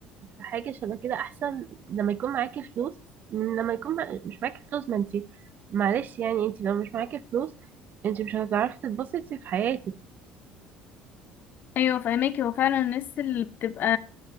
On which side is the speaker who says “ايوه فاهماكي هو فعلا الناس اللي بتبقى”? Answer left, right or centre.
Left